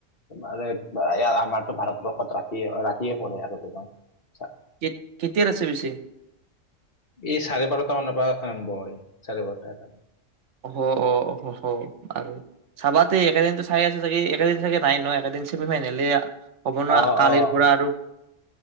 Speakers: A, on the left; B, on the right.
A: আৰু এয়া আমাৰতো ভাৰতবৰ্ষত ৰাতি ৰাতিয়ে পৰে আৰু তোমাৰ। চা-
B: কেত-কেতিয়াৰ আছে পিছে?
A: এই চাৰে বাৰটা মানৰ পৰা আৰম্ভ হয় চাৰে বাৰটা এটা।
B: অ', অ', হ আৰু- চাবাদে এইকেইদিনতো চাই আছা চাগে একেদিন চাগে নাই ন একটাদিন ছেমি ফাইনেলি এয়া। হ'ব ন
A: অ'
B: কালিৰ
A: অ'
B: পৰা আৰু-